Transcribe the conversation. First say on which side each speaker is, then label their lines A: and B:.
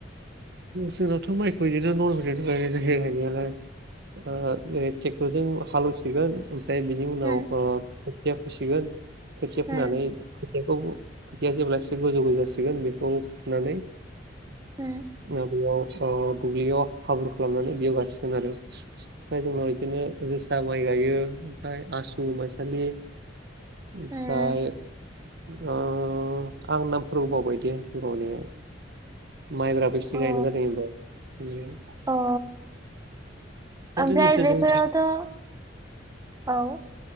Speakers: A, on the right; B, on the right.
A: जोंनावथ' माइखौ बिदिनो नरभेल गाय जाहायनायालाय ओ जेरै ट्रेक्टरजों हालेवसिगोन ओमफ्राय बिनि उनाव
B: उम
A: ओ खोथिया फैसिगोन खोथिया फोनानै
B: उम
A: खोयाखौ खोथिया जेब्ला एसे गोजौबो जासिगोन बेखौ फुनानै
B: उम
A: माबयाव ओ दुब्लियाव हाब्रु खालामनानै बेयाव गायसिगोन आरो। ओमफ्राय जोंनाव बिदिनो दोसा माइ गायो ओमफ्राय आसु माइसालि ओमफ्राय
B: उम
A: ओ आं नामफोरबो बावबाय दे गावनि माइब्राबो एसे गायनाय
B: औ
A: जादों एबार ओम
B: औ, ओमफ्राय
A: लोगोसे
B: बेफोरावथ'
A: जोंनि
B: <inaudible> औ